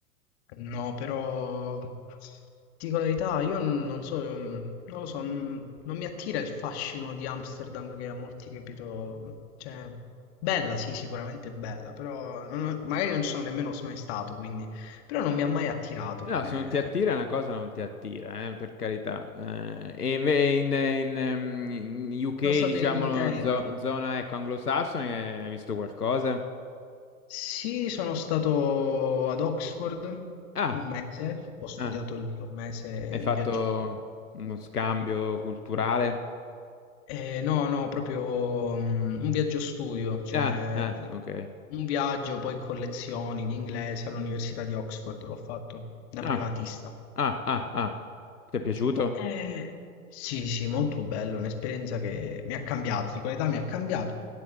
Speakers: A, on the left; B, on the left.
A: No, però ti dico la verità, io non so, non lo so, non non mi attira il fascino di Amsterdam che a molti capito, cioè bella, sì, sicuramente bella, però non ho- magari non ci sono nemmeno mai stato, quindi però non mi ha mai attirato
B: No,
A: come
B: se non ti attira una cosa non ti attira, eh, per carità. Eh, e inve- in, in, ehm, in UK,
A: sono stato
B: diciamo,
A: in Inghilterra.
B: zo- zona ecco, anglosassone, hai visto qualcosa?
A: Sì, sono stato ad Oxford
B: Ah,
A: un mese, ho studiato
B: ah,
A: lì un mese
B: hai fatto
A: in viaggio.
B: uno scambio culturale?
A: Eh, no, no, proprio mm, un viaggio studio, cioè
B: Ah, ah,
A: eh,
B: ok.
A: un viaggio poi con lezioni di inglese all'Università di Oxford l'ho fatto da
B: Ah,
A: privatista.
B: ah, ah, ah. Ti è piaciuto?
A: Eh, sì, sì, molto bello, un'esperienza che mi ha cambiato, di qualità mi ha cambiato.